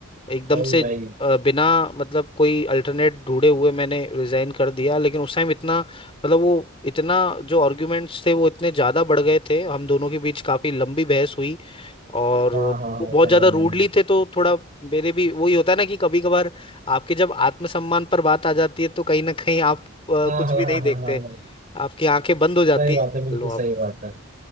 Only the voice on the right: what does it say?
भाई
भाई
हाँ
हाँ हाँ
समझ
गया
मैं।
हाँ
हाँ
हाँ
हाँ हाँ हाँ,
सही बात
है बिल्कुल
सही बात है